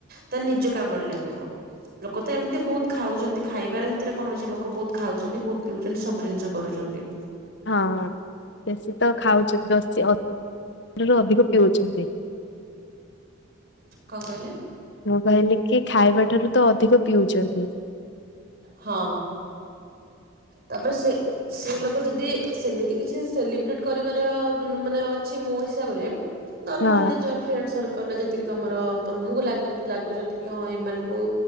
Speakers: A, on the right; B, on the left.
A: ତାହେଲେ ନିଜ କାମରେ ଲାଗିବ। ଲୋକ ତ ଏମିତି ବହୁତ ଖାଉଚିନ୍ତି ଖାଇବାର ଭିତରେ କଣ ଅଛି ଲୋକ ବହୁତ ଖାଉଚନ୍ତି ବହୁତ୍ ପିଉଚନ୍ତି ସବୁ ଜିନିଷ କରୁଚନ୍ତି।
B: ହଁ ବେଶୀ ତ ଖାଉଚେ <unintelligible> ରୁ ଅଧିକ ପିଉଛନ୍ତି
A: କଣ କହିଲେ?
B: ମୁଁ କହିଲି କି ଖାଇବା ଠାରୁ ତ ଅଧିକ ପିଉଚନ୍ତି।
A: ହଁ, ତାପରେ ସେ ସେ ଲୋକ ଯଦି ସେମିତି କିଛି ସେଲିବ୍ରେଟ୍ କରିବାର ମାନେ ଅଛି ମୋ ହିସାବରେ ନର୍ମାଲି
B: ହଁ
A: ନିଜର ଫ୍ରେଣ୍ଡ ସର୍କଲ୍ ରେ ଯେତିକି ତମର ତମୁକୁ ଲାଗୁଚନ୍ତି କି ହଁ ଏମାନଙ୍କୁ